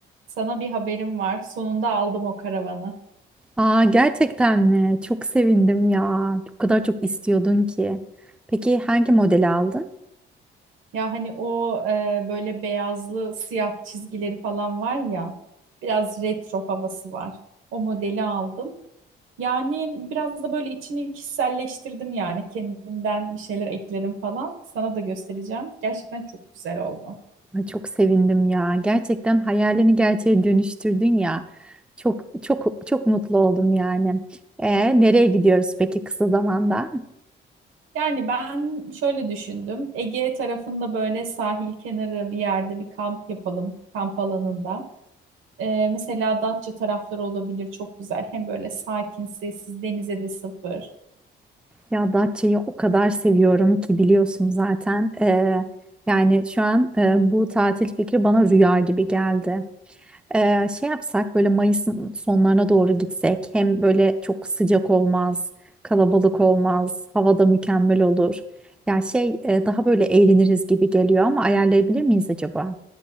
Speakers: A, on the right; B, in the centre.
A: Sana bir haberim var. Sonunda aldım o karavanı.
B: Aa, gerçekten mi? Çok sevindim ya. O kadar çok istiyordun ki. Peki hangi modeli aldın?
A: Ya hani o e, böyle beyazlı siyah çizgileri falan var ya. Biraz retro havası var. O modeli aldım. Yani biraz da böyle içini kişiselleştirdim yani. Kendimden bir şeyler ekledim falan. Sana da göstereceğim. Gerçekten çok güzel oldu.
B: Ay, çok sevindim ya. Gerçekten hayalini gerçeğe dönüştürdün ya. Çok çok çok mutlu oldum yani. E, nereye gidiyoruz peki kısa zamanda?
A: Yani ben şöyle düşündüm. Ege tarafında böyle sahil kenarı bir yerde bir kamp yapalım. Kamp alanında. Ee, mesela Datça tarafları olabilir çok güzel. Hem böyle sakin, sessiz, denize de sıfır.
B: Ya Datça'yı o kadar seviyorum ki biliyorsun zaten. E, yani şu an e, bu tatil fikri bana rüya gibi geldi. Ee, şey yapsak böyle Mayıs'ın sonlarına doğru gitsek hem böyle çok sıcak olmaz, kalabalık olmaz, hava da mükemmel olur. Ya şey e, daha böyle eğleniriz gibi geliyor ama ayarlayabilir miyiz acaba?